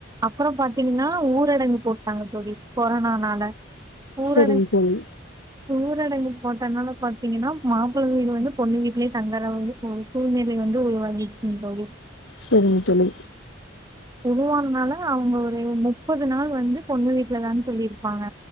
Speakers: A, on the right; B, on the left.
A: அப்ரோ பாத்தீங்கன்னா ஊரடங்கு போட்டாங்க தோழி கொரோனானால ஊரடங்
B: சரிங்க தோழி
A: ஊரடங்கு போட்டதுனால பாத்தீங்னா மாப்பிள வீடு வந்து பொண்ணு வீட்லேயே தங்கறவது ஓர் சூழ்நில வந்து உருவாகிச்சிங் தோழி
B: சேரிங்க தோழி
A: உருவானனால அவங்க ஒரு முப்பது நாள் வந்து பொண்ணு வீட்லதா தோழி இருப்பாங்க